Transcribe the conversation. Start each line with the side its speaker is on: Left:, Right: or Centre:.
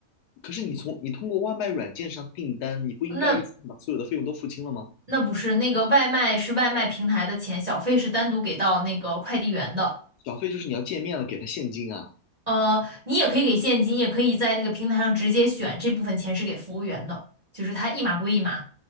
Left: 可是你从你通过外卖软件上订单，你不应该一次性把所有的费用都付清了吗？
Right: 那那不是那个外卖是外卖平台的钱，小费是单独给到那个快递员的。
Left: 小费就是你要见面了给他现金啊。
Right: 呃，你也可以给现金，也可以在那个平台上直接选这部分钱是给服务员的，就是他一码归一码，